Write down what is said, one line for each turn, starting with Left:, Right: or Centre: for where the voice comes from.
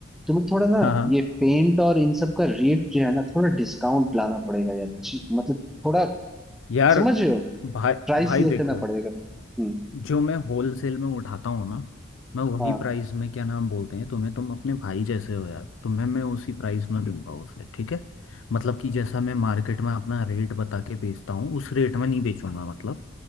Centre: तुम्हें थोड़ा ना
Left: हाँ हाँ
Centre: ये पेंट और इन सब का रेट जो है ना थोड़ा डिस्काउंट लाना पड़ेगा यार ची- मतलब थोड़ा
Left: यार
Centre: समझ रहे हो
Left: भाई
Centre: प्राइस
Left: भाई
Centre: ये
Left: देखो
Centre: करना पड़ेगा हम्म
Left: जो मैं होलसेल में उठाता हूँ ना मैं वही
Centre: हाँ
Left: प्राइस में क्या नाम बोलते हैं तुम्हें तुम अपने भाई जैसे हो यार तुम्हें मैं उसी प्राइस में दूंगा उसे ठीक है मतलब कि जैसा मैं मार्केट में अपना रेट बता के बेचता हूँ उस रेट में नहीं बेचूंगा मतलब